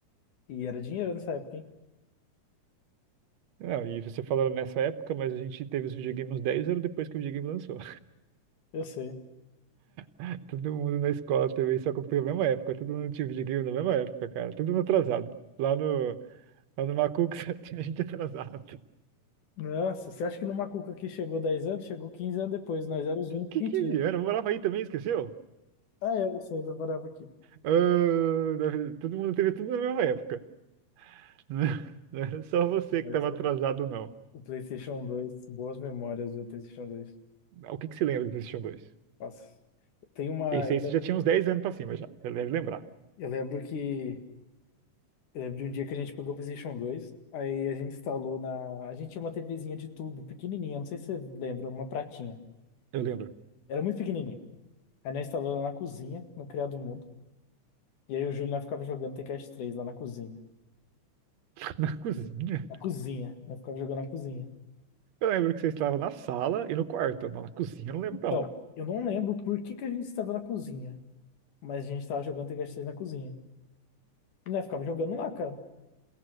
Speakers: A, on the left (about 75°); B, on the right (about 65°).
A: E era dinheiro nessa época, hein?
B: Não, e você falou nessa época, mas a gente teve os videogames dez 10 anos depois que o videogame lançou.
A: Eu sei.
B: <laughs> Todo mundo na escola também só comprou na mesma época. Todo mundo tinha videogame na mesma época, cara. Todo mundo atrasado. Lá no, lá no Macuco <laughs> só tinha gente atrasado.
A: Nossa, você acha que no Macuca que chegou 10 anos, chegou 15 anos depois. Nós éramos os únicos
B: Que
A: que
B: 15
A: tinha.
B: anos? Eu morava aí também, esqueceu?
A: Ah, é, você ainda morava aqui.
B: Ah, na verdade, todo mundo teve tudo na mesma época. <laughs> Não era só você
A: Mas
B: que estava
A: o,
B: atrasado, não.
A: o PlayStation dois boas memórias do PlayStation 2.
B: O que que você lembra do PlayStation 2?
A: Nossa. Tem uma.
B: Esse
A: Eu,
B: aí
A: le-
B: você já tinha uns 10 anos pra cima já, você deve lembrar.
A: eu lembro que Eu lembro de um dia que a gente pegou o PlayStation dois, aí a gente instalou na. A gente tinha uma TVzinha de tubo, pequenininha, não sei se você lembra, uma pratinha.
B: Eu lembro.
A: Era muito pequenininha. Aí nós instalou lá na cozinha, no Criado Mudo. E aí o Júlio nós ficava jogando Tekken três lá na cozinha.
B: <laughs> Na cozinha.
A: Na cozinha, nós ficava jogando na cozinha.
B: Eu lembro que você estava na sala e no quarto, mas na cozinha eu não lembro
A: Então,
B: não.
A: eu não lembro por que que a gente estava na cozinha, mas a gente estava jogando Tekken três na cozinha. E nós ficava jogando lá, cara.